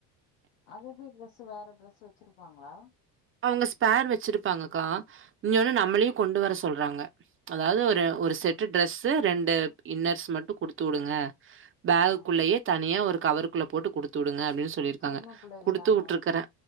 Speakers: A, on the left (about 70°); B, on the right (about 25°).
A: அதெப்டி ட்ரெஸு வேற டிரெஸு வச்சிருப்பாங்ளா
B: அவுங்க ஸ்பேர் வச்சிருப்பாங்கக்கா இங்கொன்னு நம்மளயு கொண்டு வர சொல்றாங்க அதாவ்து
A: ஆ
B: ஒரு ஒரு செட்டு ட்ரெஸு ரெண்டு இன்னர்ஸ் மட்டு குடுத்து விடுங்க பேகுக்குள்ளயே
A: ஆ
B: தனியா ஒரு கவருக்குள்ள போட்டு குடுத்து வுடுங்க அப்டின் சொ சொல்லிருக்காங்க
A: சின்ன புள்ளைக
B: குடுத்து
A: தான
B: வுட்ருக்றே